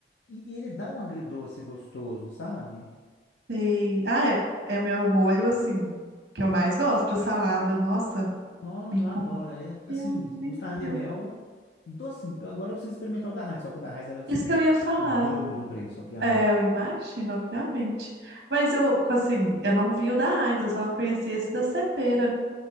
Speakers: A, on the left; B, on the right.
A: E ele dá um agridoce gostoso, sabe?
B: sei. Ah, é, é o meu molho, assim, que eu mais gosto pra salada. Nossa,
A: Não,
B: me
A: eu
B: convenceu,
A: adoro. É assim,
B: me convenceu.
A: mostarda e mel, docinho. Eu, agora eu preciso experimentar o da Heinz, só que o da Heinz era assim,
B: Isso que eu ia falar.
A: o dobro do preço, obviamente.
B: É, eu imagino, obviamente. Mas eu, co- assim, eu não vi o da Heinz, eu só conheci esse da Cepera.